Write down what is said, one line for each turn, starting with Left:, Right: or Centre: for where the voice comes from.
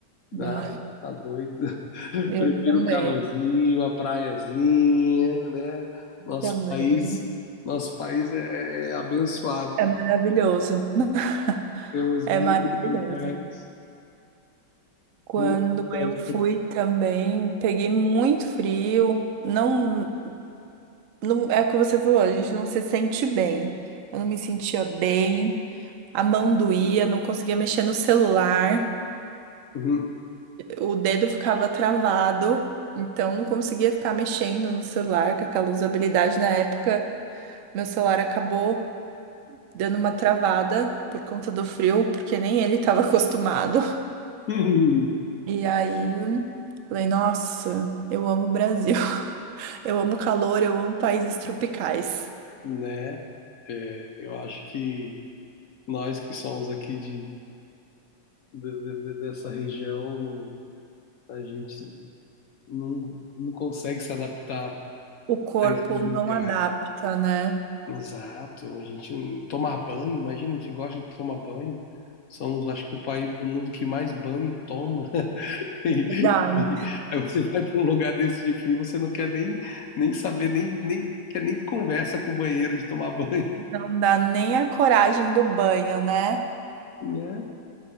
Left: não,
Right: Ah,
Left: tá doido. <laughs>
Right: eu
Left: Prefiro
Right: também.
Left: o calorzinho, a praiazinha, né? Nosso
Right: Também.
Left: país, nosso país é, é é abençoado,
Right: É maravilhoso. <laughs>
Left: temos
Right: É
Left: muitos
Right: maravilhoso.
Left: lugares,
Right: Quando
Left: muitos lugares,
Right: eu fui também, peguei muito frio. Não, não é o que você falou, a gente não se sente bem. Eu não me sentia bem, a mão doía, não conseguia mexer no celular,
Left: Uhum.
Right: o dedo ficava travado, então não conseguia ficar mexendo no celular com aquela usabilidade. Na época, meu celular acabou dando uma travada por conta do frio, porque nem ele estava <laughs> acostumado.
Left: <laughs>
Right: E aí, falei, nossa, eu amo o Brasil. <laughs> Eu amo calor, eu amo países tropicais.
Left: né? É, eu acho que nós que somos aqui de, de- de- de- dessa região, a gente não, não consegue se adaptar
Right: O corpo
Left: a esses lugares.
Right: não adapta, né?
Left: Exato. A gente tomar banho, imagina, a gente gosta de tomar banho. Somos, acho que, o país do mundo que mais banho toma. <laughs> E-
Right: Verdade.
Left: e Aí você vai para um lugar desse de frio, você não quer nem, nem saber, nem, nem quer nem conversa com o banheiro de tomar banho,
Right: Não dá nem a coragem do banho, né?
Left: <laughs> né?